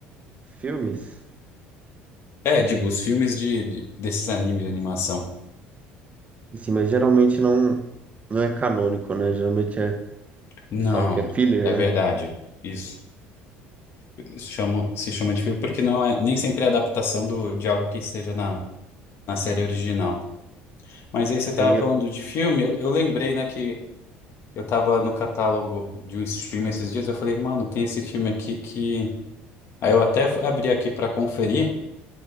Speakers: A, on the right; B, on the left.
A: filmes,
B: É, digo, os filmes de, de- desses animes de animação.
A: assim, mas geralmente não, não é canônico, né? Geralmente é, eles
B: Não,
A: falam que é filler,
B: é
A: né?
B: verdade. Isso. Chama, se chama de filme porque não é nem sempre é adaptação do, de algo que esteja na na série original. Mas aí você tava
A: Aí,
B: falando de filme, eu, eu lembrei, né, que eu tava no catálogo de um stream esses dias, eu falei, mano, tem esse filme aqui que... Aí eu até fu- abri aqui pra conferir,